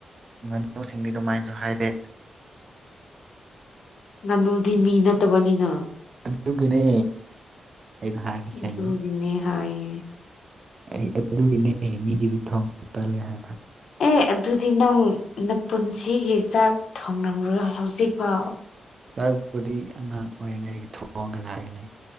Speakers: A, on the right; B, on the left.
A: ꯉꯅꯨꯁꯤꯡꯗꯤ ꯑꯗꯨꯃꯥꯏꯅꯁꯨ ꯍꯥꯏꯗꯦ
B: ꯉꯥꯅꯨꯗꯤ ꯃꯤ ꯅꯠꯇꯕꯅꯤꯅ
A: ꯑꯗꯨꯒꯤꯅꯦ ꯑꯩꯅ ꯍꯥꯏꯔꯤꯁꯦ ꯑꯩ
B: ꯗꯨꯒꯤꯅꯦ ꯍꯥꯏꯌꯦ
A: ꯑꯩ ꯑꯗꯨꯒꯤꯅꯦ ꯃꯤꯒꯤꯗꯤ ꯊꯣꯡ ꯇꯜꯂꯦ ꯍꯥꯏꯕ
B: ꯑꯦ ꯑꯗꯨꯗꯤ ꯅꯪ ꯅꯄꯨꯟꯁꯤꯒꯤ ꯆꯥꯛ ꯊꯣꯡꯂꯝꯔꯣꯏ ꯍꯧꯖꯤꯛ ꯐꯥꯎ
A: ꯆꯥꯛꯛꯄꯨꯗꯤ ꯑꯉꯥꯡ ꯑꯣꯏꯔꯤꯉꯩꯒꯤ ꯊꯣꯛꯣꯡꯑꯒ ꯂꯥꯛꯏꯅꯤ